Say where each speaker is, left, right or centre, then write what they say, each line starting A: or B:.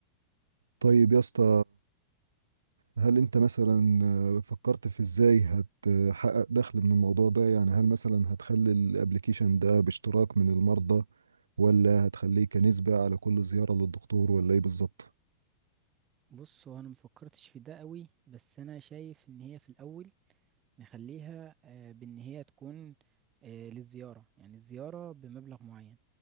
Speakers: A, on the right; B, on the right.
A: طيب يا اسطى هل انت مثلا آه، فكرت في ازاي هتحقق دخل من الموضوع ده يعني هل مثلا هتخلي الابليكيشن ده باشتراك من المرضى ولا هتخليه كنسبة على كل زيارة للدكتور ولا ايه بالظبط
B: بص هو أنا مفكرتش في ده قوي بس أنا شايف إن هي في الأول نخليها آه، بإن هي تكون آه، للزيارة يعني الزيارة بمبلغ معين